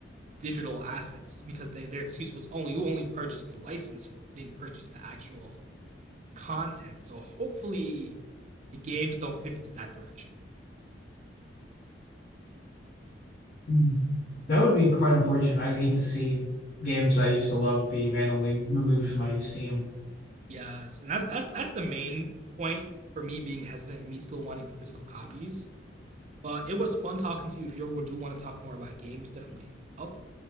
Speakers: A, on the right; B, on the left.
A: digital assets because they, their excuse was only you only purchased the license for it. You didn't purchase the actual content. So hopefully the games don't pivot to that direction.
B: Mm. That would be quite unfortunate. I'd hate to see games that I used to love be randomly removed from my Steam.
A: Yes, and that's that's that's the main point for me being hesitant and me still wanting physical copies But it was fun talking to you. If you ever do want to talk more about games, definitely hit me up.